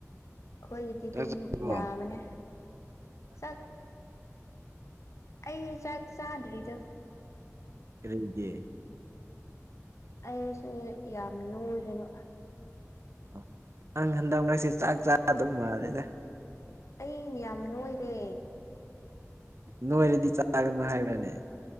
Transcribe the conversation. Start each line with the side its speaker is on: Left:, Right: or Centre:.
Left: ꯑꯩꯈꯣꯏꯒꯤꯗꯤ ꯑꯗꯨꯝ
Right: ꯆꯥꯛꯕꯣ
Left: ꯌꯥꯕꯅꯦ ꯆꯥꯛ ꯑꯩ ꯆꯥꯛ ꯆꯥꯗ꯭ꯔꯤꯗ
Right: ꯀꯔꯤꯦ
Left: ꯑꯩꯁꯦ ꯌꯥꯝ ꯂꯨꯔꯦꯕ
Right: ꯑꯣ ꯅꯪ ꯍꯟꯗꯛ ꯅꯛꯁꯦ ꯆꯥꯛ ꯆꯥꯗꯕ ꯃꯥꯜꯂꯦꯗ
Left: ꯑꯅꯦ ꯌꯥꯝ ꯅꯣꯏꯔꯦ
Right: ꯅꯣꯏꯔꯗꯤ ꯆꯥꯒꯅꯨ ꯍꯥꯏꯕꯅꯦ